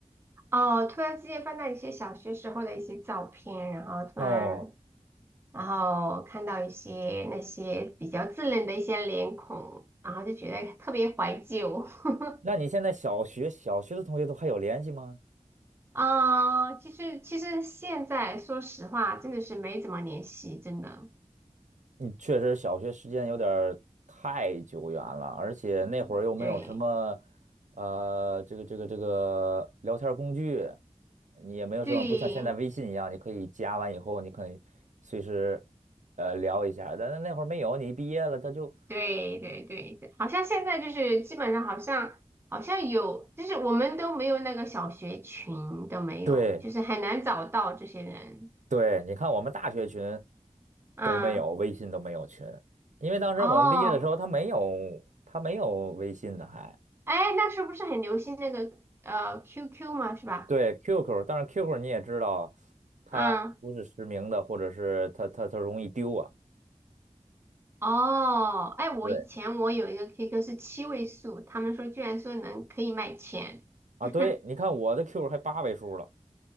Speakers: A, on the right; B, on the right.
A: 哦，突然之间翻到一些小学时候的一些照片，然后突然
B: 哦，
A: 然后看到一些那些比较稚嫩的一些脸孔，然后就觉得特别怀旧。<laughs>
B: 那你现在小学小学的同学都还有联系吗？
A: 啊、其实其实现在说实话，真的是没怎么联系，真的。
B: 你确实小学时间有点儿太久远了，而且那会儿又没有什么
A: 嗯，对
B: 呃，这个这个这个聊天儿工具，你也没有什么，
A: 对，
B: 不像现在微信一样，你可以加完以后，你可以随时呃聊一下但是那会儿没有，你一毕业了他就
A: 对对对，好像现在就是基本上好像好像有，就是我们都没有那个小学群都没有，
B: 对。
A: 就是很难找到这些人。
B: 对，你看我们大学群
A: 嗯，
B: 都没有，微信都没有群，因为当时我们毕业的时候，
A: 哦，
B: 他没有他没有微信的还，
A: 哎，那时候不是很流行那个呃 QQ 嘛，是吧？
B: 对 QQ，但是 QQ 你也知道，它不是实名的，
A: 嗯，
B: 或者是它它它容易丢啊。
A: 哦，哎，我以前我有一个
B: 对
A: QQ 是七位数，他们说居然说能可以卖钱，
B: 啊，
A: <laughs>
B: 对，你看我的 QQ 还八位数了，